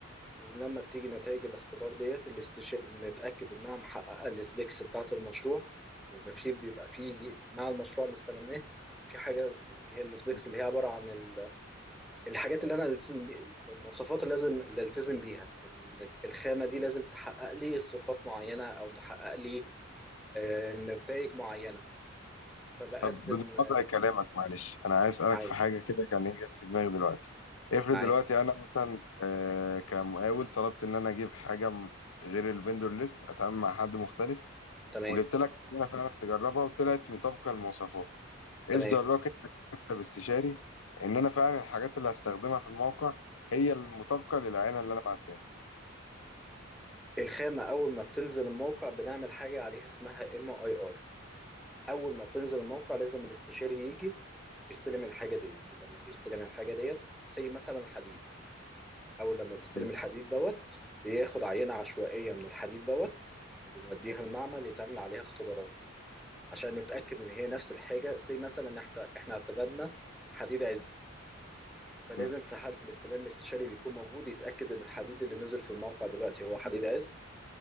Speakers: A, in the centre; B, on the left.
A: ولما بتيجي نتائج الاختبار ديت الاستش... نتاكد انها محققه السبيكس بتاعه المشروع لان في بيبقى في مع المشروع اللي استلمناه في حاجه اسم- اللي هي السبيكس
B: ايه
A: اللي هي عباره عن ال- الحاجات اللي انا التزم بي... المواصفات اللي لازم اللي التزم بيها ان الخامه دي لازم تحقق لي صفات معينه او تحقق لي آه، نتائج معينة فبقدم
B: طب بنقطع
A: آه،
B: كلامك معلش انا عايز اسالك
A: معاك
B: في حاجه كده كان هي جت في دماغي دلوقتي افرض
A: معاك
B: دلوقتي انا مثلا آه، كمقاول طلبت ان انا اجيب حاجه م- غير الفندور ليست اتعامل مع حد مختلف
A: تمام
B: وجبت لك هنا فعلا تجربها وطلعت مطابقه للمواصفات
A: تمام
B: ايش دراك انت كمكتب استشاري ان انا فعلا الحاجات اللي هستخدمها في الموقع هي المطابقه للعينه اللي انا بعتها لك
A: الخامة أول ما بتنزل الموقع بنعمل حاجة عليها اسمها ام اي ار أول ما بتنزل الموقع لازم الاستشاري يجي يستلم الحاجة ديت ولما بيستلم الحاجة ديت زي مثلا حديد أول لما بيستلم
B: م-
A: الحديد دوت بياخد عينة عشوائية من الحديد دوت وبنوديها المعمل يتعمل عليها اختبارات عشان نتأكد إن هي نفس الحاجة زي مثلا إحنا إحنا اعتمدنا حديد عز فلازم
B: م.
A: في حالة الاستلام الاستشاري بيكون موجود يتأكد إن الحديد اللي نزل في الموقع دلوقتي هو حديد عز